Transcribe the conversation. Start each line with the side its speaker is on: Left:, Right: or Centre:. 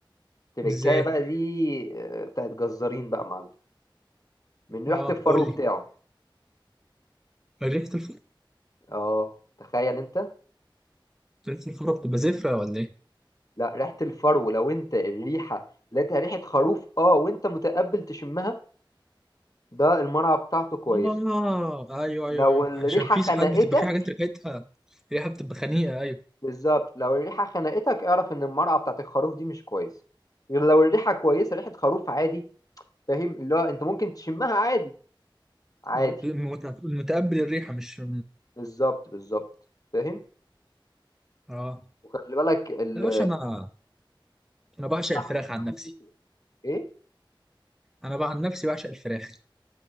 Left: تركاية
Centre: ازاي
Left: بقى دي آه، بتاعت جزارين بقى يا معلم من ريحة
Centre: اه
Left: الفرو
Centre: قول
Left: بتاعه
Centre: لي ريحه الفرن
Left: اه تخيل انت
Centre: ريحه الفرن بتبقى زفره ولا ايه
Left: لا ريحة الفرو لو انت الريحة لقيتها ريحة خروف اه وانت متقبل تشمها ده المرعى بتاعته كويسة
Centre: اه ايوه
Left: لو
Centre: ايوه ايوه
Left: الريحة
Centre: عشان في
Left: خنقتك
Centre: ساعات بتبقى في حاجات ريحتها ريحة بتبقى خنيقة ايوه
Left: بالظبط لو الريحة خنقتك اعرف ان المرعى بتاعت الخروف دي مش كويسة غير لو الريحة كويسة ريحة خروف عادي فاهم اللي هو انت ممكن تشمها عادي عادي
Centre: اه المت- المتقبل الريحة مش
Left: بالظبط بالظبط فاهم
Centre: اه
Left: وخلي بالك ال-
Centre: يا باشا انا انا بعشق
Left: اللحمة
Centre: الفراخ
Left: الضاني
Centre: عن نفسي
Left: بتفرق ايه
Centre: انا بقى عن نفسي بعشق الفراخ